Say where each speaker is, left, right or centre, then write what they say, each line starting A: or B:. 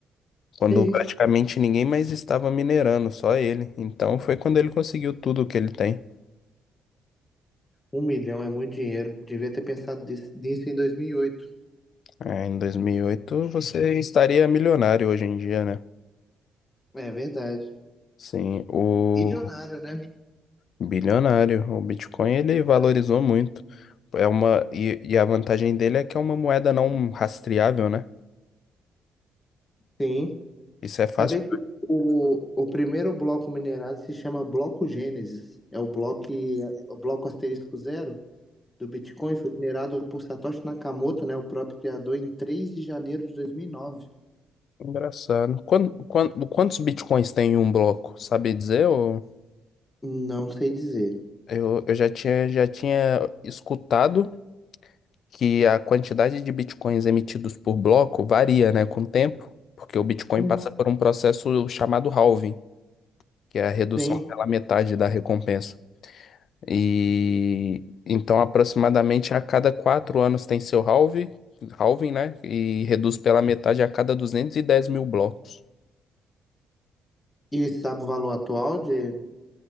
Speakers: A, on the left; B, on the left.
A: quando
B: E é
A: praticamente
B: isso.
A: ninguém mais estava minerando, só ele. Então foi quando ele conseguiu tudo que ele tem.
B: Um milhão é muito dinheiro. Devia ter pensado dis- nisso em 2008.
A: É, em 2008 você estaria milionário hoje em dia, né?
B: É verdade.
A: Sim, o
B: Milionário, né?
A: Bilionário. O Bitcoin ele valorizou muito. É uma e, e a vantagem dele é que é uma moeda não rastreável, né?
B: Sim.
A: Isso é fácil.
B: Saber que o, o primeiro bloco minerado se chama bloco Gênesis. É o bloco, o bloco asterisco zero. do Bitcoin foi minerado por Satoshi Nakamoto, né, o próprio criador, em 3 de janeiro de 2009.
A: É engraçado. Quando, quando, quantos bitcoins tem em um bloco? Sabe dizer? Ou...
B: Não sei dizer.
A: Eu, eu já tinha, já tinha escutado que a quantidade de bitcoins emitidos por bloco varia, né, com o tempo, porque o Bitcoin
B: Uhum.
A: passa por um processo chamado halving, que é a redução
B: Sim.
A: pela metade da recompensa. E então, aproximadamente a cada quatro anos tem seu halving, halving, né? E reduz pela metade a cada 210 mil blocos.
B: E sabe o valor atual de,